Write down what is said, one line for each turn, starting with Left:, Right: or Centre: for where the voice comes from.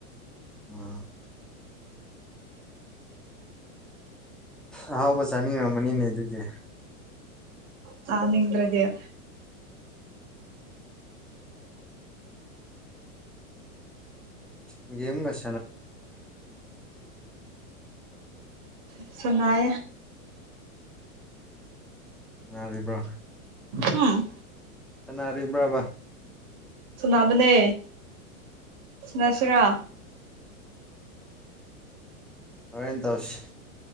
Centre: ꯎꯝ ꯑꯍꯥꯎꯕ ꯆꯥꯅꯤꯡꯉꯝꯃꯅꯤꯅꯦ ꯑꯗꯨꯗꯤ
Right: ꯆꯅꯤꯡ꯭ꯔꯗꯤꯌꯥ
Centre: ꯦꯝ ꯅꯁ
Right: ꯁꯅꯥ
Centre: ꯌꯥꯔꯤꯕ꯭ꯔꯣ
Right: ꯎꯝ
Centre: ꯁꯥꯟꯅꯥꯅꯕ꯭ꯔꯕ
Right: ꯁꯨꯅꯥꯕꯅꯦ ꯁꯅꯁꯤꯔꯥ
Centre: ꯍꯦꯅ ꯇꯧꯁꯤ